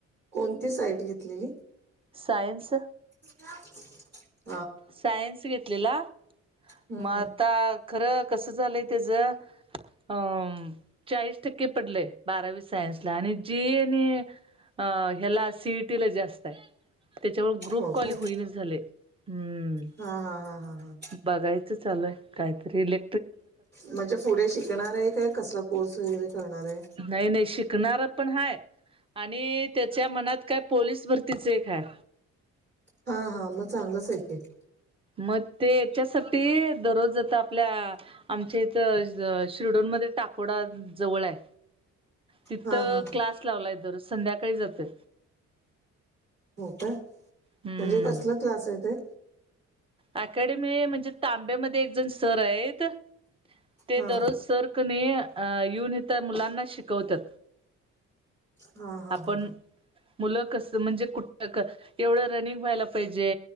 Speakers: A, on the right; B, on the right.
A: कोणती साईट घेतलेली.
B: सायन्स.
A: <unintelligible>
B: सायन्स घेतलेला.
A: हम्म
B: मग
A: हम्म,
B: आता खरं कस झालंय त्याच अं चाळीस टक्के पडले बारावी सायनसला आणि जी याने अह हेला सीएटीला जास्त आहे. त्याच्यावर ग्रुप
A: हो
B: कॉल
A: का
B: होईनच झाले हम्म
A: हा हा हा हा हा
B: बघायचं चालूय काहीतरी ले
A: म्हणजे पुढे शिकणार आहे काय कसला कोर्स वगैरे करणार आहे.
B: नाही नाही शिकणार पण हाय. आणि त्याच्या मनात काय पोलीस भरतीच एक हाय.
A: हा हा मग चांगलच आहे की.
B: मग ते याच्यासाठी दररोज आता आपल्या आमच्या इथ शिर्डोनमध्ये टाकोडा जवळ आहे. तिथं
A: हा हा हा
B: क्लास लावलाय. दर संध्याकाळी जातोय.
A: हो का म्हणजे
B: हम्म
A: कसला क्लास आहे ते.
B: ऍकेडमी म्हणजे तांब्यामध्ये एक जण सर आहेत. ते
A: हा
B: दररोज सरकने येऊन इथ मुलांना शिकवतात.
A: हा हा
B: आपण
A: हा हा
B: मुलं कस म्हणजे कुठ एवढं रनिंग व्हायला पाहिजे.